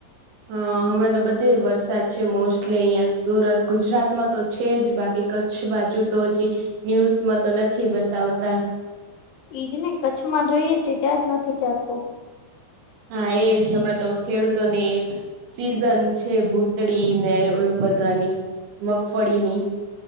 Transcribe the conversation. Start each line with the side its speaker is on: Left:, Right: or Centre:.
Right: હા હમણાં તો બધે વરસાદ છે, મોસ્ટલી અહિયાં સુરત ગુજરાતમાં તો છે જ બાકી કચ્છ બાજુ તો હજી ન્યુઝમાં તો નથી બતાવતા
Left: એઈજ ને કચ્છમાં જોઈએ છે, ત્યાં જ નથી ચતુ
Right: હા એ જ હમણાં તો ખેડૂતો ને સીઝન છે ભૂતળી ને એું બધાની મગફળી ની